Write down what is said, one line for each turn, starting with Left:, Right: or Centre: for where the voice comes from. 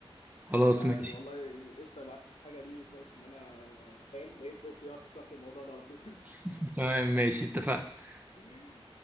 Right: خلاص
Left: فيعني
Right: ماشي
Left: والله يعني قشطه بعت لي الحاجه دي وكويس ان انا آه، فاهم لقيت دكتور يعرف يشرح لي الموضوع ده على طول
Right: <laughs> تمام ماشي اتفقنا
Left: <laughs>